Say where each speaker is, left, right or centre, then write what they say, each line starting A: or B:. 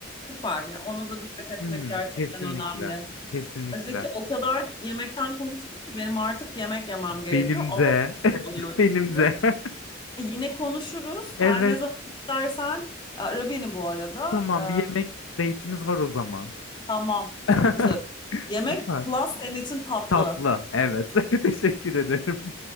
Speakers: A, on the left; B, on the left.
A: Süper ya. Ona da dikkat etmek
B: Hı hı,
A: gerçekten
B: kesinlikle.
A: önemli.
B: Kesinlikle.
A: Ay Zeki o kadar yemekten konuştuk ki benim artık yemek yemem gerekiyor.
B: Benim
A: Ağzım
B: de. <laughs>
A: sulanıyor
B: Benim
A: çünkü.
B: de. <laughs>
A: E, Yine konuşuruz.
B: Evet.
A: Her ne zaman istersen E, ara beni bu arada.
B: Tamam
A: Ee,
B: bir yemek date'imiz var o zaman.
A: tamam,
B: <laughs>
A: çok güzel. Yemek
B: Süper.
A: plus senin için tatlı.
B: Tatlı. Evet. <laughs> Teşekkür ederim. <laughs>